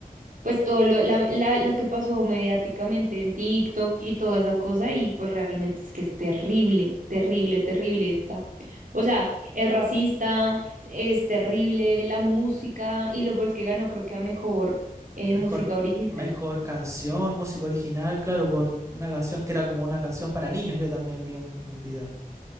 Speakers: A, on the right; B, on the right.
A: pues todo lo, la- la- lo que pasó mediáticamente en TikTok y toda esa cosa, y pues realmente es que es terrible, terrible, terrible esta. O sea, es racista, es terrible la música, y lo peor es que ganó, creo que a mejor eh,
B: Mejor,
A: música original.
B: mejor canción, música original, claro, por una canción que era como una canción para niños, yo también vi un, un video.